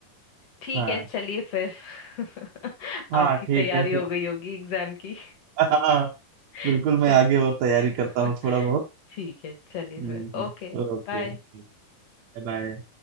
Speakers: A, on the left; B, on the right.
A: ठीक
B: हाँ
A: है चलिए फिर <laughs>
B: हाँ
A: आपकी तैयारी
B: ठीक है फिर
A: हो गई होगी एग्जाम की
B: <laughs> हाँ
A: <laughs>
B: बिल्कुल
A: च-
B: मैं आगे और तैयारी करता
A: <laughs>
B: हूँ थोड़ा बहुत
A: ठीक है चलिए
B: हम्म,
A: फिर ओके
B: Okay
A: बाय
B: bye बाय।